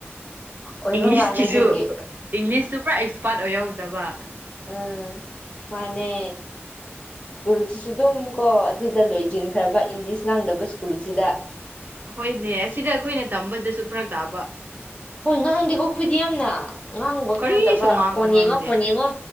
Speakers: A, on the left; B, on the right.
A: ꯑꯣꯏꯕ
B: ꯏꯪꯂꯤꯁꯀꯤꯁꯨ
A: ꯃꯥꯜꯂꯦ ꯑꯗꯨꯒꯤ
B: ꯏꯪꯂꯤꯁ ꯄꯨꯔꯥ ꯄꯥꯠ ꯑꯣꯏ ꯍꯧꯗꯕ
A: ꯎꯝ ꯃꯥꯅꯦ ꯁ꯭ꯀꯨꯜꯁꯤꯁꯨ ꯑꯗꯨꯝ ꯀꯣ ꯑꯗꯨꯗ ꯂꯣꯏꯁꯤꯟꯈ꯭ꯔꯕ ꯏꯪꯂꯤꯁ ꯉꯥꯡꯗꯕ ꯁ꯭ꯀꯨꯜꯁꯤꯗ
B: ꯍꯣꯏꯅꯦ ꯑꯁꯤꯗ ꯑꯩꯈꯣꯏꯅ ꯇꯝꯕꯗꯁꯨ ꯐꯔꯛ ꯇꯥꯕ
A: ꯍꯣꯏ ꯉꯥꯡꯗꯦꯀꯣ ꯈꯣꯏꯗꯤ ꯌꯥꯝꯅ ꯉꯥꯡꯉꯨꯕ ꯈꯛ
B: ꯀꯔꯤꯁꯨ
A: ꯅꯠꯇꯕ
B: ꯉꯥꯡꯁꯨ
A: ꯐꯣꯟ
B: ꯉꯥꯡꯗꯦ
A: ꯌꯦꯡꯉꯣ ꯐꯣꯟ ꯌꯦꯡꯉꯣ